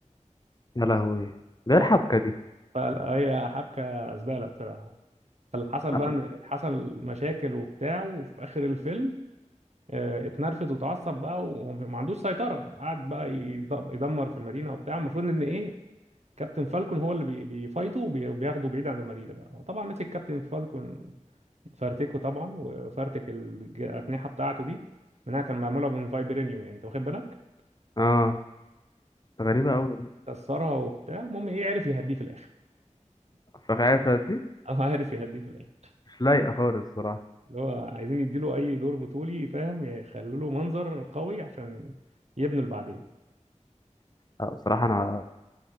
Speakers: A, on the left (about 30°); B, on the right (about 60°).
A: يا لهوي ده
B: اه
A: إيه الحبكه دي
B: فهي حبكه زباله بصراحه فاللي حصل
A: اه
B: بقى ان حصل مشاكل وبتاع وفي اخر الفيلم آه، اتنرفز وتعصب بقى وما عندوش سيطره قعد بقى يض- يدمر في المدينه وبتاع المفروض ان ايه كابتن فالكون هو اللي بي- بيفايته وبي- وبياخده بعيد عن المدينه بقى هو طبعا مسك كابتن فالكون فرتكه طبعا وفرتك الج- الاجنحه بتاعته دي منها كان معموله من فايبرينيوم يعني انت واخد بالك
A: آه. غريبة أوي
B: فكسرها وبتاع المهم ايه عرف يهديه في الاخر
A: فعارفة دي
B: <laughs> اه عرف يهديه في الاخر
A: مش لايقة خالص بصراحة
B: اللي هو عايزين يديله اي دور بطولي فاهم يخلوا له منظر قوي عشان يبنوا اللي بعدين
A: آه، بصراحة أنا